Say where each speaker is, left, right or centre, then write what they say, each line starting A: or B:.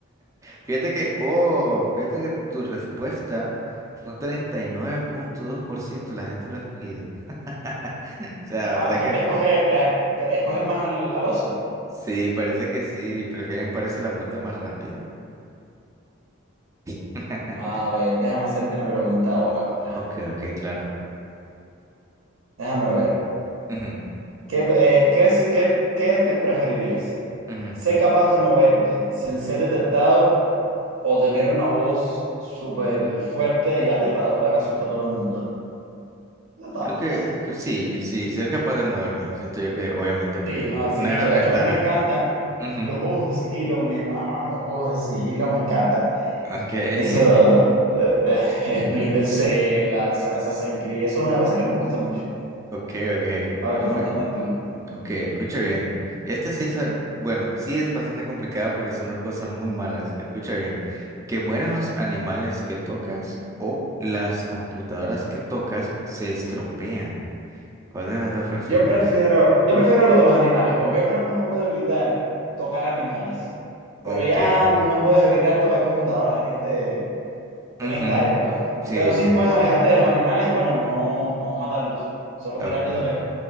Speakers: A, on the right; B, on the right.
A: Fíjate que, oh, fíjate que tu respuesta fue un treinta y nueve punto dos por ciento la gente lo ha escogido. <laughs> O sea,
B: Ah,
A: o sea
B: la
A: que
B: gente escoge, la, escoge más al, al oso.
A: sí, parece que sí, prefieren parece la muerte más rápida. <laughs>
B: A ver, déjame hacerte una pregunta ahora, otra.
A: Ok, ok, claro.
B: Déjame ver.
A: Ujú,
B: ¿Qué, eh, qué, es- qué, qué te preferirías?
A: ujú.
B: ¿Ser capaz de moverte sin ser detectado o tener una voz súper fuerte y aterradora que asusta a todo el mundo. Eso está
A: Creo
B: fácil.
A: que, que sí, sí, ser capaz de moverme. Siento yo que obviamente pues
B: Sí, no, el sigilo.
A: una gran
B: De
A: ventaja.
B: hecho, a mí me encantan
A: Ujú,
B: los juegos de sigilo, me maman los juegos de sigilo, me encantan.
A: Ok, <laughs>
B: Eso, eh, eh, Splinter Cell, As- Assassin's Creed, eso es una cosa que me gusta mucho.
A: ok, ok,
B: A
A: perfecto.
B: ver, pregúntame tú.
A: Ok, escucha bien. Esta sí es, al- bueno, sí es bastante complicada porque son dos cosas muy malas. Escucha bien. Que mueran los animales que tocas o las computadoras que tocas se estropean. ¿Cuál de las dos prefieres?
B: Yo prefiero, yo prefiero lo de los animales, porque yo creo que uno puede evitar tocar animales,
A: Ok.
B: pero ya no puedes evitar tocar computadoras en este, en
A: ujú,
B: esta época.
A: Sí,
B: Pero sí
A: sí.
B: puedes alejarte de los animales y bueno, no, no matarlos, solo
A: Ok.
B: mirarlos de lejos.